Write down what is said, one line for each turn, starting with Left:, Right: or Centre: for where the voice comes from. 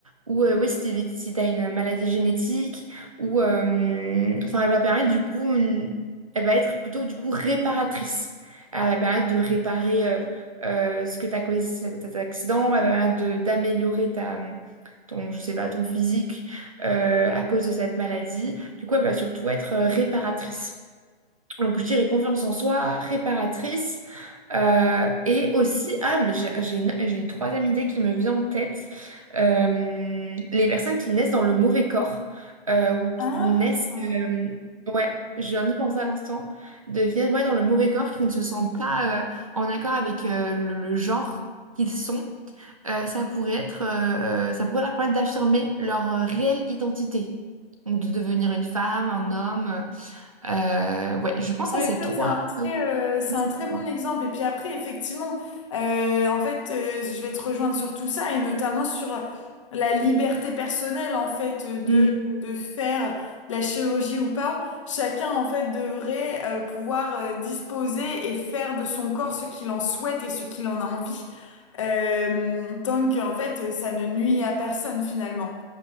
Right: ou euh, oui si t'es- si t'as une maladie génétique ou euh, enfin elle va permettre du coup une- elle va être plutôt du coup réparatrice elle va permettre de réparer euh, euh, ce que t'as causé cet, cet accident elle va permettre de- d'améliorer ta ton je sais pas ton physique euh, à cause de cette maladie du coup elle va surtout être euh, réparatrice donc je dirais confiance en soi réparatrice euh, et aussi, ah, mais j'ai j'ai une, j'ai une troisième idée qui me vient en tête. Euh, les personnes qui naissent dans le mauvais corps euh, ou qui
Left: Ah.
Right: naissent, euh, ouais, je viens d'y penser à l'instant, de qui naissent ouais, dans le mauvais corps, qui ne se sentent pas euh, en accord avec euh, le, le genre qu'ils sont, euh, ça pourrait être, euh, euh, ça pourrait leur permettre d'affirmer leur euh, réelle identité. Donc de devenir une femme, un homme. Euh, ouais, je pense
Left: Ouais,
Right: à ces
Left: ça
Right: trois.
Left: c'est un très,
Right: à
Left: euh, c'est un
Right: ces
Left: très
Right: trois.
Left: bon exemple. Et puis après, effectivement, euh, en fait, euh, je vais te rejoindre sur tout ça et notamment sur la liberté personnelle en fait euh, de
Right: Mm,
Left: de faire la chirurgie ou pas. Chacun en fait devrait euh, pouvoir euh, disposer et faire de son corps ce qu'il en souhaite et ce qu'il en a envie. Euh, tant que en fait ça ne nuit à personne finalement.